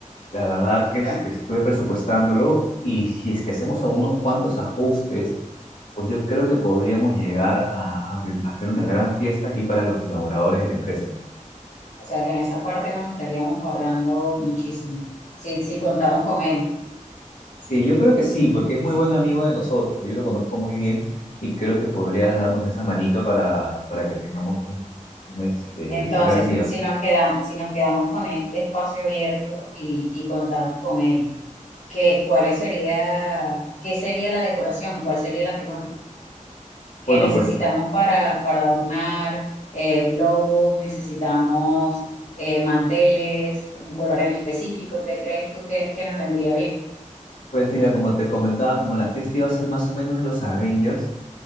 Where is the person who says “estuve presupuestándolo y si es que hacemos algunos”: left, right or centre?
Left